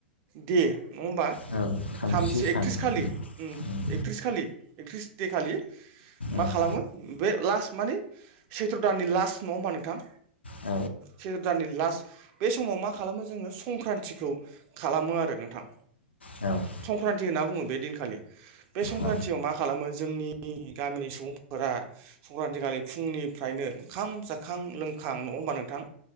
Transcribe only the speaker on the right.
दे नङा होमबा
थामजिसे एकथ्रिस
खालि,
एकथ्रिस खालि एकथ्रिस दे खालि मा
खालामो बे लास्ट माने सैथ्र' दाननि लास्ट नङा होमबा नोंथां
सैत्र' दाननि लास्ट बे समाव मा खालामो जोङो संक्रान्तिखौ खालामो आरो नोंथां।
संक्रान्ति होनना बुङो बे दिनखालि बे संक्रान्तयाव
मा खालामो जोंनि गामिनि सुबुंफोरा आ संक्रान्तिखालि फुंनिफ्रायनो ओंखाम जाखां- लोंखां नङा होमबा नोंथां